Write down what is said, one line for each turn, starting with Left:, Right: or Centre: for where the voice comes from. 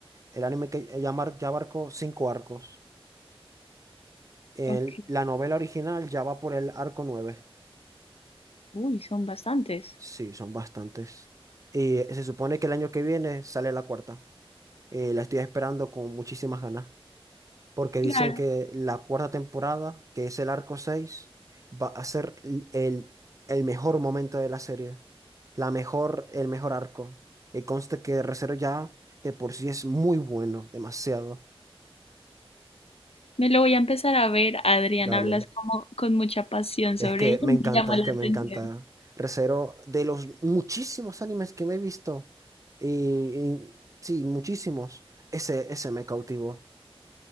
Right: El anime que ya, mar- ya abarcó cinco arcos. El-
Left: Ok.
Right: la novela original ya va por el arco nueve.
Left: Uy, son bastantes.
Right: Sí, son bastantes. Y se supone que el año que viene sale la cuarta. Eh, la estoy esperando con muchísimas ganas. Porque
Left: Claro.
Right: dicen que la cuarta temporada, que es el arco 6, va a ser l- el, el mejor momento de la serie. La mejor, el mejor arco. Y conste que Re:Zero ya de por sí es muy bueno, demasiado.
Left: Me lo voy a empezar a ver. Adrián,
Right: Dale.
Left: hablas <laughs> como con mucha pasión
Right: Es
Left: sobre
Right: que
Left: ello.
Right: me
Left: Me
Right: encanta,
Left: llama
Right: es
Left: la
Right: que
Left: <laughs>
Right: me
Left: atención.
Right: encanta. Re:Zero, de los muchísimos animes que me he visto, y, y sí, muchísimos, ese, ese me cautivó.